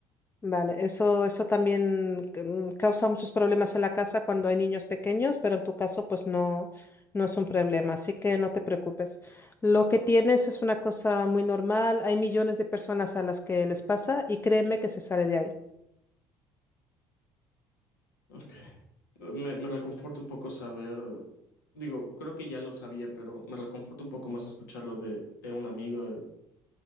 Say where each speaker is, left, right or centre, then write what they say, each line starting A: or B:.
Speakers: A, on the left (about 20°); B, on the left (about 85°).
A: Vale, eso, eso también mm, causa muchos problemas en la casa cuando hay niños pequeños, pero en tu caso pues no, no es un problema, así que no te preocupes. Lo que tienes es una cosa muy normal, hay millones de personas a las que les pasa y créeme que se sale de ahí.
B: Ok. Me, me reconforta un poco saber, digo, creo que ya lo sabía, pero me reconforta un poco más escucharlo de, de un amigo, el,